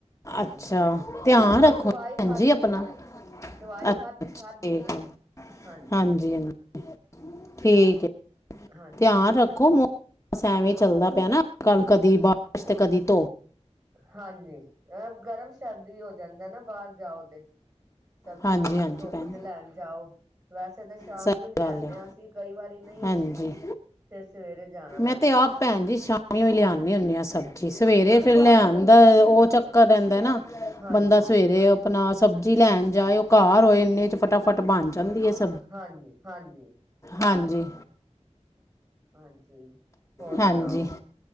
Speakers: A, on the left (about 25°); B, on the right (about 30°).
A: ਅੱਛਾ, ਧਿਆਨ ਰੱਖੋ
B: ਦਵਾਈ
A: ਭੈਣਜੀ
B: ਖਾਧੀ
A: ਆਪਣਾ,
B: ਏ ਦਵਾਈ ਖਾਧੀ
A: ਅੱਛਾ
B: ਖਾਧੀ
A: ਠੀਕ
B: ਏ
A: ਆ
B: ਹਾਂਜੀ
A: ਹਾਂਜੀ-ਹਾਂਜੀ ਠੀਕ ਹੈ।
B: ਹਾਂਜੀ
A: ਧਿਆਨ ਰੱਖੋ ਮੌਸਮ ਐਵੇਂ ਚੱਲਦਾ ਪਿਆ ਨਾ ਅੱਜ ਕੱਲ ਕਦੀ ਬਾਰਿਸ਼ ਤੇ ਕਦੀ ਧੋ
B: ਹਾਂਜੀ ਅ ਗਰਮ ਸ਼ਰਦ ਵੀ ਹੋ ਜਾਂਦਾ ਨਾ ਬਾਹਰ ਜਾਓ ਤੇ ਸਬਜ਼ੀ
A: ਹਾਂਜੀ
B: ਸੁਬਜੀ
A: ਹਾਂਜੀ
B: ਧੁੱਪ
A: ਭੈਣ
B: ਚ ਲੈਣ ਜਾਓ ਵੈਸੇ ਤਾਂ ਸ਼ਾਮ
A: ਸਹੀ
B: ਨੂੰ ਹੀ ਲੈ
A: ਗੱਲ
B: ਆਨੇ
A: ਹੈ
B: ਆਂ ਹਾਂ ਅਸੀਂ ਕਈ ਵਾਰੀ ਨਹੀਂ
A: ਹਾਂਜੀ
B: ਹੁੰਦੀ ਫਿਰ ਸਵੇਰੇ ਜਾਣਾ ਪ
A: ਮੈਂ ਤੇ ਆਪ ਭੈਨ ਜੀ ਸ਼ਾਮੀ ਓ ਲਿਆਉਨੀ ਹੁੰਨੀ ਹਾਂ ਸਭ ਜੀ ਸਵੇਰੇ
B: ਹਾਂਜੀ
A: ਫਿਰ ਲਿਆਦਾ ਉਹ ਚੱਕਰ ਰਹਿੰਦਾ ਨਾ
B: ਹਾਂਜੀ
A: ਬੰਦਾ ਸਵੇਰੇ ਆਪਣਾ ਸਬਜ਼ੀ ਲੈਣ ਜਾਏ ਉਹ ਘਰ ਹੋਏ ਇੰਨੇ 'ਚ ਫਟਾਫਟ ਬਣ ਜਾਂਦੀ ਐ ਸ
B: ਹਾਂਜੀ-ਹਾਂਜੀ
A: ਹਾਂਜੀ
B: ਹਾਂਜੀ ਹੋਰ ਸੁਣਾਓ
A: ਹਾਂਜੀ